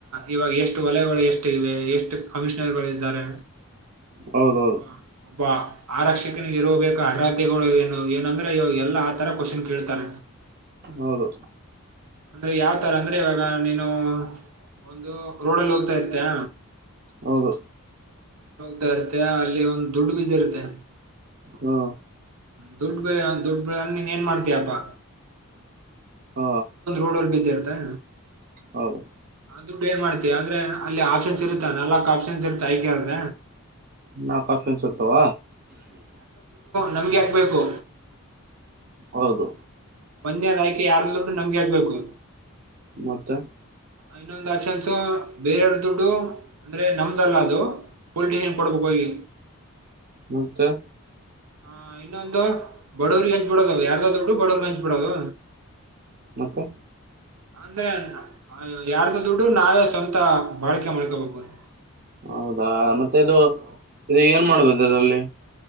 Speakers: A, on the right (about 80°); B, on the right (about 45°).
A: ಇವಾಗ ಎಷ್ಟು ವಲಯಗಳು ಎಷ್ಟ ಇವೆ ಎಷ್ಟು ಕಮಿಷನರ್ಗಳು ಇದ್ದಾರೆ.
B: ಹೌದೌದು
A: ಒಬ ಒಬಾ. ಆರಕ್ಷಕನ ಇರಬೇಕು ಅರ್ಹತೆಗಳು. ಏನಂದ್ರೆ ಇವಾಗ ಎಲ್ಲಾ ಆ ತರ ಕ್ವಶನ್ ಕೇಳ್ತಾರ.
B: ಹೌದು.
A: ಅಂದ್ರೆ ಯಾವ ತರ ಅಂದ್ರೆ ಇವಾಗ ನೀನು ಒಂದು ರೋಡಲ್ಲಿ ಹೋಗ್ತಾ ಇರ್ತಯ.
B: ಹೌದು.
A: ಡ್ ಇರುತ್ತ ಅಲ್ಲಿ ಒಂದು್ ದುಡ್ಡು ಬಿದ್ದ ಇರುತ್ತೆ.
B: ಹ್ಮ.
A: ದುಡ್ಡು ಬ ದುಡ್ಡು ಬ ಅ ನೀನ್ ಏನ್ ಮಾಡ್ತೀಯಪ್ಪಾ.
B: ಹ್ಮ.
A: <unintelligible> ಇರ್ತಾ.
B: ಹೌದು.
A: ದುಡ್ಡ್ ಎನ್ ಮಾಡ್ತಿ ಅಂದ್ರೆ ಅಲ್ಲಿ ಆಪ್ಷನ್ ಇರುತ್ತ ನಾಕ್ ಆಪ್ಷನ್ಸ್ ಇರುತ್ತ ಆ ಕೇಳ್ದ.
B: ನಾಕ್ ಒಪ್ಶನ್ ಇರ್ತವ.
A: ನಮಗೆ ಯಾಕಬೇಕು.
B: ಹೌದು.
A: ಮೊನ್ನೆ ಆದ ಆಯ್ಕೆ ಯಾರದೋ ದುಡ್ಡ್ ನಮ್ಗೆ ಯಾಕ್ ಬೇಕು.
B: ಮತ್ತ.
A: ಇನ್ನೊಂದು ಆಪ್ಷನ್ಸ್ ಬೇರೆಯರ್ ದುಡ್ಡು ಅಂದ್ರೆ ನಮ್ದಲ್ಲ ಅದು ಪೊಲಿಟಷನ್ ಕೊಡ್ಬೇಕ ಹೋಗಿ.
B: ಮತ್ತೆ.
A: ಹಾ ಇನ್ನೊಂದು ಬಡವರ್ರಿಗೆ ಹಂಚ್ ಬಿಡೋದ ಯಾರದ ದೊಡ್ಡು ಬಡವರ್ಗೆ ಹಂಚ್ಬ. ಬಿಡೋದು.
B: ಮತ್ತೆ
A: ಅಂದ್ರೆ ಯಾರ್ದ ದುಡ್. ಇದು ನಾವೇ ಸ್ವಂತ ಬಾಳಕೆ ಮಾಡ್ಕೊಬಬುದು.
B: ಹೌದಾ ಮತ್ತೆ ಇದು ಇದು ಏನ್ ಮಾಡುದುದು ಅದ್ರಲ್ಲಿ.